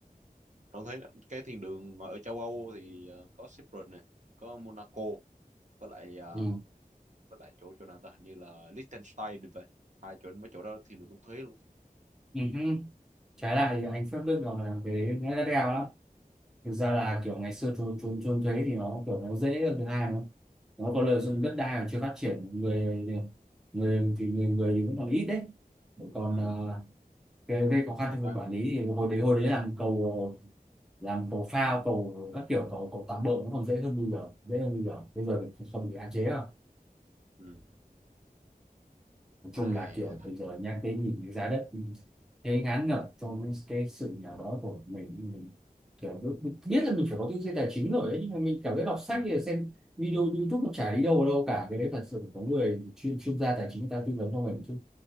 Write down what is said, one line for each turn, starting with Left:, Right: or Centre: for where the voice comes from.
Right: đóng thuế lắm. cái thiên đường mà ở châu Âu thì ờ, có Cyprus này có Monaco với lại ờ,
Centre: Ừ.
Right: với lại chỗ chỗ nào ta hình như là Liechtenstein thì vậy hai chỗ mấy chỗ đó thiên đường đóng thuế luôn
Centre: Ừ. hứ. trái lại thì anh pháp Đức còn là cái đấy nó đắt đeo. lắm thực ra là kiểu ngày xưa trốn trốn trốn thuế thì nó kiểu nó dễ hơn thứ hai nó nó có lợi dụng
Right: ừ
Centre: đất đai mà chưa phát triển người người thì người người thì vẫn còn ít đấy còn
Right: ừ
Centre: ờ, gây, gây khó khăn
Right: kiểu người
Centre: trong
Right: ta
Centre: việc quản lý thì hồi đấy hồi đấy làm cầu làm cầu phao cầu các kiểu cầu cầu tạm bỡ nó còn dễ hơn bây giờ dễ hơn bây giờ bây giờ
Right: ừ
Centre: thì không bị hạn chế rồi
Right: ừ
Centre: nói chung
Right: Ai
Centre: là kiểu bây giờ nhắc cái nhìn cái giá đất thế ngán ngẩm trong cái sự nghèo đó của mình mình kiểu biết, biết biết là mình phải có tư duy tài chính rồi đấy nhưng mà mình cảm thấy đọc sách
Right: ừ
Centre: thì xem video YouTube nó chả đi đâu vào đâu cả cái đấy thật sự phải có người chuyên chuyên gia tài chính người ta tư vấn cho mình chứ